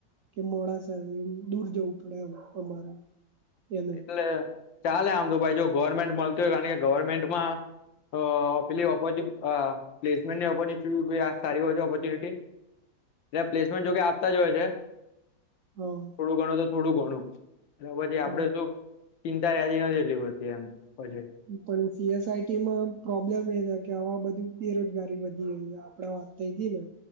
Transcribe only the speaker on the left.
એટલે ચાલે આમ તો ભાઈ જો ગવર્મેન્ટ મળતું હોય કારણ કે ગવર્મેન્ટમાં હ પેલી ઓપો હ પ્લેસમેન્ટ ની <unintelligible> સારી હોય છે ઓપોર્ચ્યુનિટી. એટલે પ્લેસમેન્ટ જોકે આપતા જ હોય છે
થોડું ગણું તો થોડું ઘણું એ પછી આપડે
શું ચિંતા રહેતી નથી. એટલી બધી એમ પછી